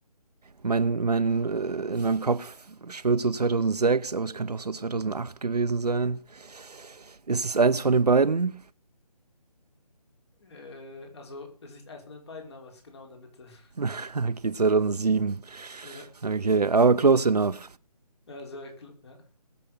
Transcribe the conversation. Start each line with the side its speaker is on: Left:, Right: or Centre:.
Right: Mein, mein, äh, in meinem Kopf schwirrt so 2006, aber es könnte auch so 2008 gewesen sein. Ist es eins von den beiden?
Left: Äh, also es ist nicht eins von den beiden, aber es ist genau in der Mitte. <laughs>
Right: <laughs> Okay, 2007.
Left: Ja,
Right: Okay, aber close enough.
Left: also ja. kl- ja.